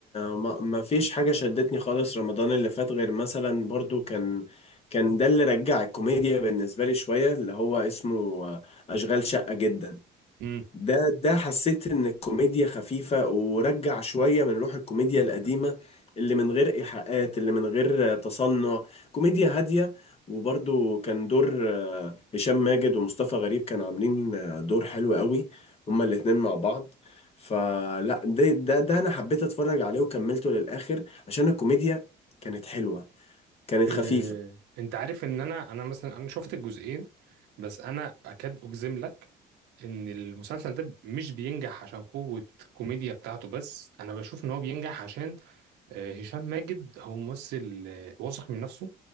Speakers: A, on the left (about 35°); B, on the right (about 85°).
A: ما ما فيش حاجة شدتني خالص رمضان اللي فات غير مثلا برضو كان كان ده اللي رجع الكوميديا بالنسبة لي شوية اللي هو اسمه أشغال شقة جدا
B: امم
A: ده ده حسيت ان الكوميديا خفيفة ورجع شوية من روح الكوميديا القديمة اللي من غير ايحاءات اللي من غير تصنع كوميديا هادية وبرضو كان دور آه، هشام ماجد ومصطفى غريب كانوا عاملين آه، دور حلو قوي هما الاتنين مع بعض فلا ده ده ده انا حبيت اتفرج عليه وكملته للاخر عشان الكوميديا كانت حلوة كانت
B: إيه،
A: خفيفة
B: انت عارف ان انا انا مثلا انا شفت الجزئين بس انا اكاد اجزم لك ان المسلسل ده مش بينجح عشان قوة الكوميديا بتاعته بس انا بشوف ان هو بينجح عشان آه، هشام ماجد هو ممثل آه، واثق من نفسه